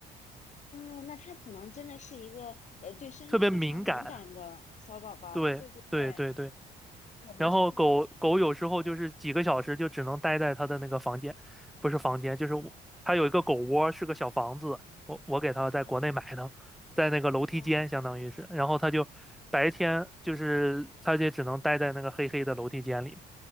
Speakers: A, on the left; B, in the centre.
A: 嗯，那他可能真的是一个呃对声音非常敏感的小宝宝。
B: 特别敏感。对对对对。
A: 对对对，我们这个如果是睡熟了，
B: 然后狗狗有时候就是几个小时就只能待在它的那个房间，不是房间，就是我它有一个狗窝，
A: 明白
B: 是个小房子，我我给它在国内买的，
A: 哦，
B: 在那个楼梯间相当于是，
A: 哦，
B: 然后它就白天就是它就只能待在那个黑黑的楼梯间里，